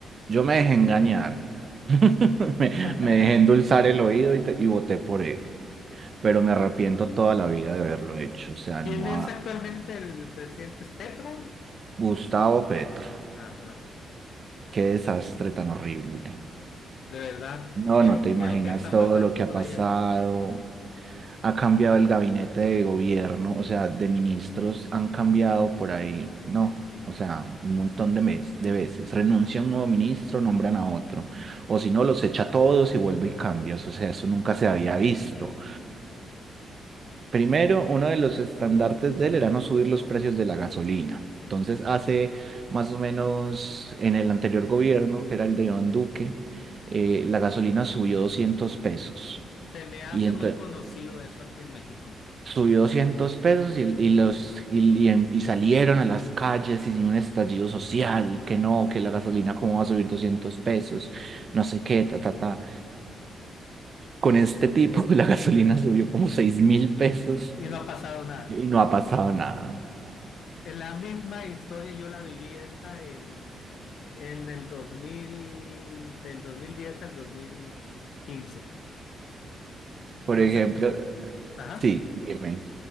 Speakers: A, on the right (about 35°); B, on the left (about 60°).
A: yo me dejé engañar. <laughs> Me,
B: <laughs>
A: me dejé endulzar el oído y, te- y voté por él. Pero me arrepiento toda la vida de haberlo hecho. O sea,
B: ¿Quién
A: no
B: es
A: a
B: actualmente el presidente? ¿Es Petro?
A: Gustavo Petro.
B: Ajá.
A: Qué desastre tan horrible.
B: De verdad,
A: No,
B: ¿qué
A: no
B: es lo,
A: te imaginas
B: qué es lo que está
A: todo
B: pasando
A: lo que ha
B: por
A: pasado.
B: allá?
A: Ha cambiado el gabinete de gobierno, o sea, de ministros han cambiado por ahí, no, o sea, un montón de, mes- de veces. Renuncia un nuevo ministro, nombran a otro. O si no, los echa a todos y vuelve y cambia. O sea, eso nunca se había visto. Primero, uno de los estandartes de él era no subir los precios de la gasolina. Entonces, hace más o menos en el anterior gobierno, que era el de Iván Duque, eh, la gasolina subió 200 pesos.
B: Se me hace
A: Y ento-
B: muy conocido eso aquí en México
A: subió 200 pesos y, y los, y, y em- y salieron a las calles y un estallido social, y que no, que la gasolina cómo va a subir 200 pesos, no sé qué, ta, ta, ta. Con este tipo, <laughs> la gasolina subió como seis mil pesos
B: y no ha pasado nada.
A: y no ha pasado nada.
B: En la misma historia yo la viví esta en, en el dos mil del 2010 al 2015.
A: Por ejemplo,
B: No sé, ajá,
A: Sí, dime.